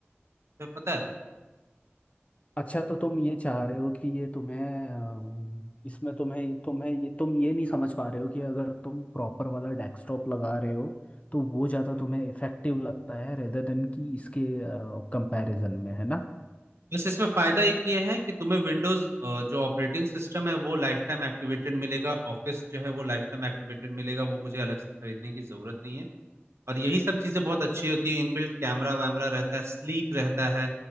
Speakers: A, on the right; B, on the left.
A: तुम्हें पता
B: अच्छा तो तुम ये चाह रहे हो कि ये तुम्हें अम, इसमें तुम्हें तुम्हें ये तुम ये नहीं समझ पा रहे हो कि अगर तुम प्रॉपर वाला डेस्कटॉप लगा रहे हो तो वो ज़्यादा
A: है
B: तुम्हें इफेक्टिव लगता है रेदर देन कि इसके कंपैरिजन में है ना
A: बस इसमें फायदा एक ये है कि तुम्हें विंडोज जो ऑपरेटिंग सिस्टम है वो लाइफ टाइम एक्टिवेटेड मिलेगा ऑफिस जो है वो लाइफ टाइम एक्टिवेटेड मिलेगा वो मुझे अलग से खरीदने की जरूरत नहीं है और यही सब चीजें बहुत अच्छी होती है इनबिल्ट कैमरा वैमरा रहता है स्लीक रहता है